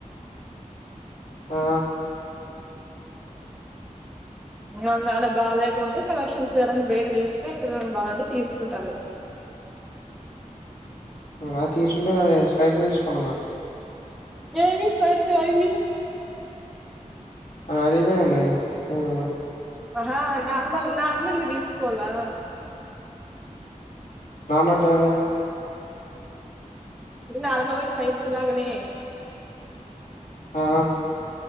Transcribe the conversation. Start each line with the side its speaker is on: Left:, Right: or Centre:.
Left: ఆ
Centre: అంగాల బాలేద్ కుంటే కలెక్షన్స్ బయట చూస్తే ఇక్కడ బాగుంటే తీసుకుంటాల
Left: అది తీసుంటే కద స్లైడ్ తీసుకోంగా
Centre: ఏవి స్లాయిడ్స్ ఆయివి
Left: అరిగిపోయినాయి ఇంగా
Centre: ఆహా నార్మల్ నార్మల్వి తీసుకోవాల్ల
Left: రామంటయావి
Centre: నార్మల్గా స్ట్రైట్స్ లాగనే
Left: ఆ